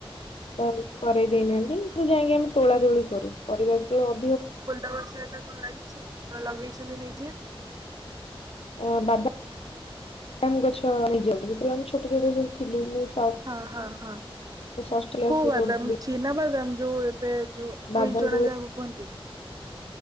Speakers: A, on the left (about 80°); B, on the right (about 40°).
A: ତାଲ କରେଇ ଦେଇନାହାନ୍ତି ତ ଯାଇଁକି ଆମେ ତୋଳା ତୋଳି କରୁ ପରିବା ଯେତେବେଳେ ଅଧ
B: ଫୁଲ ଗଛ ହେରିକା କଣ ଲାଗିଛି ଆପଣ ଲଗେଇଛନ୍ତି ନିଜେ?
A: ଅ ବାଦାମ ବାଦାମ ଗଛ ନିଜ ଯେତେବେଳେ ଆମେ ଛୋଟ ଛୋଟ ସବୁ ଥିଲୁ ଷ-
B: ହଁ ହଁ ହଁ।
A: ମୁଁ ଷଷ୍ଠ କ୍ଲାସ
B: କୋଉ
A: ରେ
B: ବାଦାମ
A: ପଢୁଥିଲି
B: ଚିନା ବାଦାମ ଯୋଉ ଏବେ ଯୋଉ
A: ବାଦାମ
B: ପୁଇଁ ଚଣା
A: ତୋଳା
B: ଯାହାକୁ କୁହନ୍ତି??